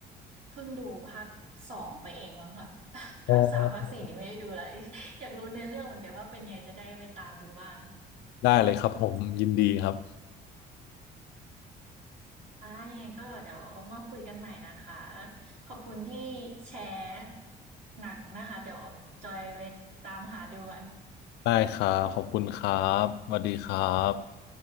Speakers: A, on the right; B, on the left.
A: เพิ่งดูภาคสองไปเองมั้งค่ะ <laughs>
B: อ๋อ
A: ภาคสามภาคสี่นี่ไม่ได้ดูแล้ว <laughs> อยากรู้เนื้อเรื่องเหมือนกันว่าเป็นยังไงจะได้ไปตามดูบ้าง
B: ได้เลยครับผมยินดีครับ
A: อ่ายังไงก็เดี๋ยวมาคุยกันใหม่นะคะขอบคุณที่แชร์หนังนะคะเดี๋ยวจอยไปตามหาดูกัน
B: ได้ครับขอบคุณครับสวัสดีครับ